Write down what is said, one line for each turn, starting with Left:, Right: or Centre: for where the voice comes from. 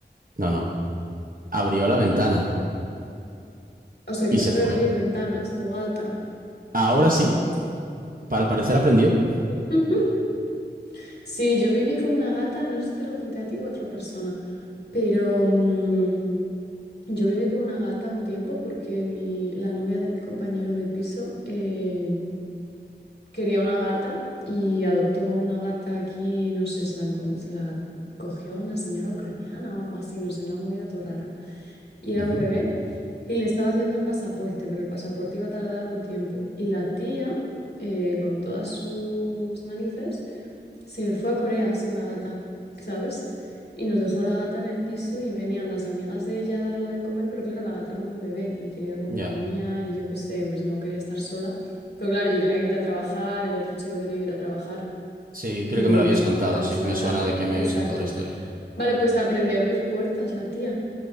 Right: no, no. Abrió la ventana
Left: O sea,
Right: y
Left: que sabe
Right: se fue.
Left: abrir ventanas, tu gata.
Right: Ahora sí. Pa- Al parecer aprendió.
Left: <laughs> Sí, yo viví con una gata, no sé si te lo conté a ti o a otra persona, pero mm, yo viví con una gata un tiempo porque mi, la novia de mi compañero de piso eh, quería una gata y adoptó una gata aquí, no sé, se la, encon- se la cogió a una señora ucraniana o algo así, no sé, una movida todo rara. y era
Right: Ujú,
Left: un bebé, y le estaba haciendo el pasaporte, pero el pasaporte iba a tardar un tiempo. Y la tía, eh, con todas sus narices, se fue a Corea sin la gata, ¿sabes? Y nos dejó la gata en el piso y venían las amigas de ella a darla de comer, pero claro, la gata era un bebé y quería compañía
Right: Ya.
Left: y yo qué sé, pues no quería estar sola. Pero claro, yo tenía que ir a trabajar, el otro chico tenía que ir a trabajar
Right: Sí, creo
Left: y
Right: que
Left: luego
Right: me lo habías
Left: yo estaba
Right: contado,
Left: muy cansada.
Right: sí. Me suena de que me
Left: Exacto.
Right: habías contado la historia.
Left: Vale, pues aprendió a abrir puertas la tía.